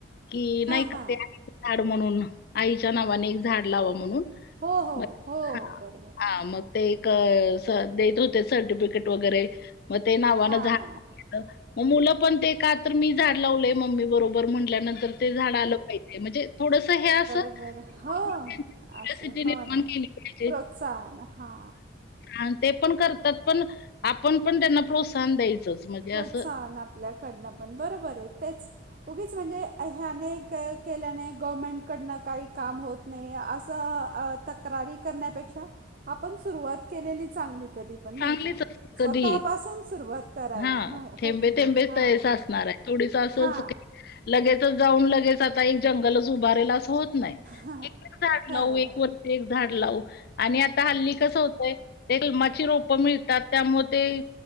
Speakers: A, on the left (about 50°); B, on the right (about 45°).
A: कि
B: हा
A: नाही का
B: हा
A: ते प्रत्येकाने एक झाड म्हणून आईच्या नावाने एक झाड लावा म्हणून.
B: हो हो
A: मग
B: हो
A: हां,
B: बरोबर
A: हां.
B: हा.
A: मग ते एक अ स देत होते सर्टिफिकेट वगैरे मग ते नावानं
B: हां
A: झाड मग मुलं पण ते का तर मी झाड लावलेय मम्मी बरोबर म्हटल्यानंतर ते झाड आलं पाहिजे. ते म्हणजे थोडस हे असं अनइन्टेलिजीबल
B: म्हणजे बरोबर हो असं
A: सीटी
B: हो
A: निर्माण
B: ना
A: केली पाहिजे.
B: प्रोत्साहन हा
A: अण ते पण करतात पण आपण पण त्यांना प्रोत्साहन द्यायचंच म्हणजे
B: प्रोत्साहन
A: असं
B: पाहिजे. आपल्याकडनं पण बरोबर आहे तेच. उगीच म्हणजे ह्याने काय केल्याने गवर्मेंट कडनं काही काम होत. नाही असं अ तक्रारी करण्यापेक्षा आपण सुरुवात केलेली चांगली. कधी पण
A: चांगलीच
B: नाही का
A: असते
B: स्वतःपासून
A: कधीही.
B: स सुरुवात करावी
A: हां,
B: ह
A: थेंबे-थेंबे
B: हो की नाही हा
A: तळेसा असणार आहे. थोडीसं असंच
B: हा.
A: की लगेचच जाऊन लगेच आता एक जंगलच उभारेल असं होत नाही.
B: हां
A: एक एक झाड
B: खरं
A: लावू एक
B: आहे
A: वर्ष एक झाड लावू. आणि आता हल्ली कसं होतंय ते कलमाची रो प मिळतात त्यामुळे ते